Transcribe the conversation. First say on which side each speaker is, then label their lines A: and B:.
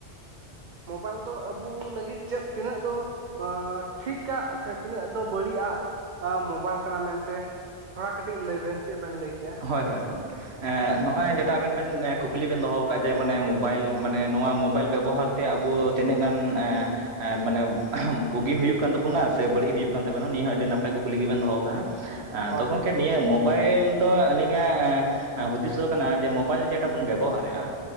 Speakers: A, on the right (about 50°); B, on the right (about 70°).
A: ᱢᱳᱵᱟᱭᱤᱞ ᱫᱚ ᱟᱵᱩ ᱞᱟᱹᱜᱤᱫ ᱪᱮᱫ ᱛᱤᱱᱟᱹᱜ ᱫᱚ ᱴᱷᱤᱠᱟᱜ-ᱟ ᱥᱮ ᱛᱤᱱᱟᱹᱜ ᱫᱚ ᱵᱟᱹᱲᱤᱡ ᱟᱜ ᱢᱳᱵᱟᱭᱤᱞ ᱠᱟᱱᱟ ᱢᱮᱱᱛᱮ ᱛᱷᱚᱲᱟ ᱠᱟᱹᱴᱤᱡ ᱞᱟᱹᱭ ᱵᱮᱱ ᱪᱮᱫ ᱵᱮᱱ ᱞᱟᱹᱭ ᱠᱮᱭᱟ?
B: ᱦᱳᱭ ᱦᱳᱭ ᱦᱳᱭ ᱦᱮ ᱱᱚᱜᱼᱚᱭ ᱡᱮᱴᱟ ᱟᱵᱮᱱ ᱵᱮᱱ ᱠᱩᱠᱞᱤ ᱵᱮᱱ ᱫᱚᱦᱚ ᱟᱠᱟᱫ ᱡᱮ ᱢᱟᱱᱮ ᱢᱳᱵᱟᱭᱤᱞ ᱢᱟᱱᱮ ᱱᱚᱣᱟ ᱢᱳᱵᱟᱭᱤᱞ ᱵᱮᱵᱚᱦᱟᱨ ᱛᱮ ᱟᱵᱚ ᱛᱤᱱᱟᱹᱜ ᱜᱟᱱ ᱮ ᱢᱟᱱᱮ ᱵᱩᱜᱤ ᱦᱩᱭᱩᱜ ᱠᱟᱱ ᱛᱟᱵᱚᱱᱟ ᱥᱮ ᱵᱟᱹᱲᱤᱡ ᱦᱩᱭᱩᱜ ᱠᱟᱱ ᱛᱟᱵᱚᱴᱤᱱᱟ ᱱᱤᱭᱟᱹ ᱦᱚᱸ ᱟᱹᱰᱤ ᱱᱟᱯᱟᱭ ᱠᱩᱠᱞᱤ ᱜᱮᱵᱮᱱ ᱫᱚᱦᱚ ᱠᱟᱜᱼᱟ᱾
A: <inaudible>
B: ᱛᱚ ᱜᱚᱝᱠᱮ ᱱᱤᱭᱟᱹ ᱢᱳ ᱵᱟᱭᱤᱞ ᱫᱚ ᱟᱹᱞᱤᱧᱟᱜ ᱦᱩᱫᱤᱥ ᱫᱚ ᱠᱟᱱᱟ ᱡᱮ ᱢᱳᱚᱵᱟᱭᱤᱞ ᱡᱮᱴᱟ ᱵᱚᱱ ᱵᱮᱵᱚᱦᱟᱨᱮᱫᱼᱟ